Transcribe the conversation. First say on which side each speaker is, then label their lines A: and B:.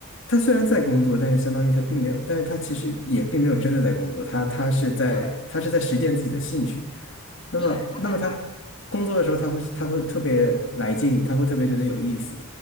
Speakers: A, on the left; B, on the left.
A: 他虽然在工作，但是相当于他并没有，但是他其实也并没有真的在工作，他他是在他是在实践自己的兴趣。
B: 对
A: 那么，
B: 对，他在发，
A: 那么他工作的时候，
B: 对。
A: 他会他会特别来劲，他会特别觉得有意思。